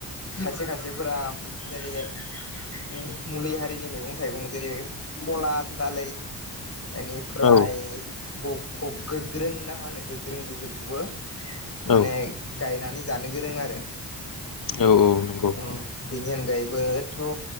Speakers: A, on the left; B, on the left.
A: खायसे खायसेफोरा बेरै। अम मुलि हारिनि मैगं थायगं जेरै खला दालै। इनिफ्राय।
B: औ
A: गग गगगो ग्रोना मा होना गोग्रों बेफोरखौबो। माने
B: औ
A: गायनानयनैज जानो गोरों आरो।
B: औ औ नंगौ
A: अ। बेनि अनगायैबोद खौ